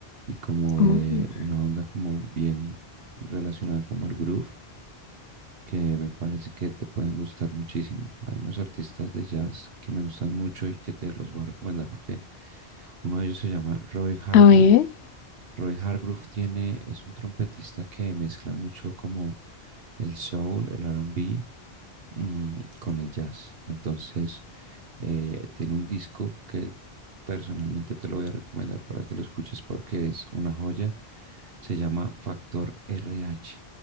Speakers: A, on the right (about 65°); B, on the left (about 85°).
A: y como
B: Mm.
A: de una onda como bien relacionada como el groove, que me parece que te pueden gustar muchísimo. Hay unos artistas de jazz que me gustan mucho y que te los voy a recomendar porque uno de ellos se llama Roy Hargrove.
B: A ver.
A: Roy Hargrove tiene, es un trompetista que mezcla mucho como el soul, el R&B mm, con el jazz. Entonces, eh, tiene un disco que personalmente te lo voy a recomendar para que lo escuches porque es una joya. Se llama Factor RH